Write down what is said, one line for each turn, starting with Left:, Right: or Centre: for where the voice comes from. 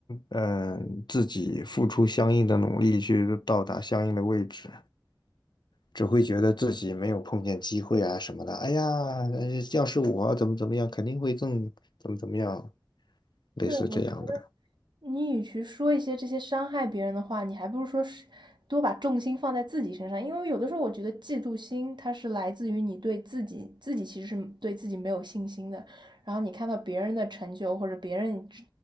Left: 嗯、自己付出相应的努力去到达相应的位置，只会觉得自己没有碰见机会啊什么的。哎呀，呃要是我怎么怎么样，肯定会更怎么怎么样，类似这样的。
Right: 对，我你与其说一些这些伤害别人的话，你还不如说是多把重心放在自己身上。因为有的时候，我觉得嫉妒心它是来自于你对自己，自己其实是对自己没有信心的。然后你看到别人的成就或者别人